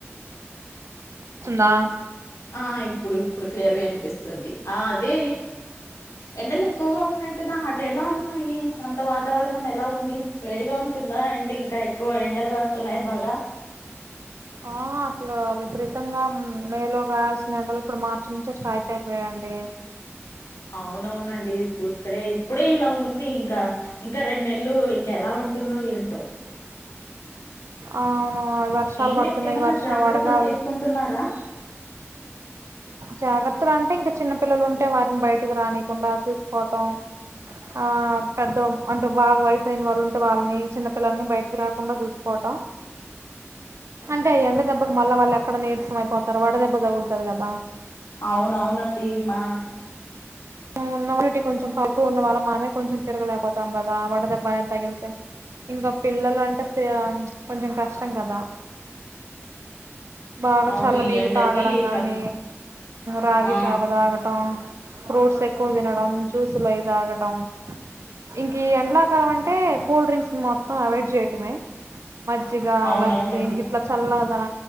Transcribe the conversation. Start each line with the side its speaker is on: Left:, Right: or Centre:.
Right: వస్తుందా
Left: ఆ ఇప్పుడు ఇప్పుడు క్లియర్ గా వినిపిస్తుంది ఆ అదే ఎండలు ఎక్కువగా ఉన్నాయి కదా అటు ఎలా ఉన్నాయి అంత వాతావరణం ఎలా ఉంది వేడిగా ఉంటుందా ఏంటే ఇంకా ఎక్కువ ఎండలుగా కాస్తున్నాయి బాగా
Right: ఆ అసలు విపరీతంగా మేలో కాసిన ఎండలు ఇప్పుడు మార్చి నుంచి స్టార్ట్ అయిపోయాండి
Left: అవునవునండి ఇప్పుడు ఇక్కడే ఇప్పుడే ఇలా ఉంది ఇంకా ఇంకా రెండు నేళ్లు ఇంక ఎలా ఉంటుందో ఏంటో
Right: అవును వర్షాలు
Left: ఏంటి
Right: పడుతున్నాయి
Left: ఏమన్నా
Right: వర్ష
Left: జాగ్రత్తలు
Right: వడగాలు
Left: తీసుకుంటున్నారా
Right: జాగ్రత్తలు అంటే ఇంకా చిన్నపిల్లలు ఉంటే వారిని బయటికి రానీకుండా చూసుకోవటం ఆ పెద్ద అంటే బాగా వయసు అయిన వాళ్ళు ఉంటే వాళ్ళని చిన్నపిల్లల్ని బయటికి రాకుండా చూసుకోవటం అంటే ఎండ దెబ్బకి మళ్ళా వాళ్ళు ఎక్కడ నీరసం అయిపోతారు వాడ దెబ్బ తగులుతాది కదా
Left: అవునువునండి మా
Right: ఉన్నమూటి కొంచెం తక్కువ ఉన్న వాళ్ళ మనమే కొంచెం తిరగలేకపోతాం కదా ఆ వాడ దెబ్బనే తగిలితే ఇంకా పిల్లలు అంటే కొంచెం కష్ట కష్టం కదా బాగా
Left: అవును
Right: చల్ల
Left: ఈ
Right: నీళ్ళు
Left: ఎండకి
Right: తాగడం గాని
Left: కం
Right: రాగి
Left: ఆ!
Right: జావా తాగటం ఫ్రూట్స్ ఎక్కువ తినడం జ్యూస్లు అవి తాగడం ఇంక ఎండ్లాకాలం అంటే కూల్ డ్రింక్స్ మొత్తం అవాయిడ్ చేయటమే మజ్జిగ
Left: అవునవునండి.
Right: లస్సీ ఇంకట్లా చల్లదన